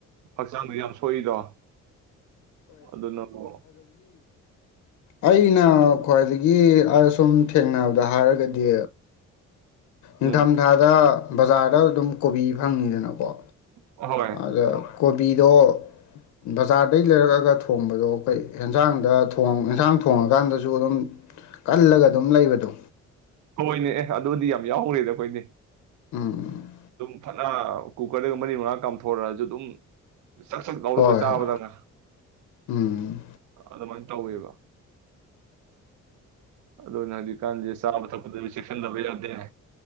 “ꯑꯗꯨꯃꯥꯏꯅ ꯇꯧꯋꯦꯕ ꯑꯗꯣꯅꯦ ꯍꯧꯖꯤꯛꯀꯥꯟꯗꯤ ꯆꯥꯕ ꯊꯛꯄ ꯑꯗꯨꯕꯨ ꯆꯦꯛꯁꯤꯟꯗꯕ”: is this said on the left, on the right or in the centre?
Right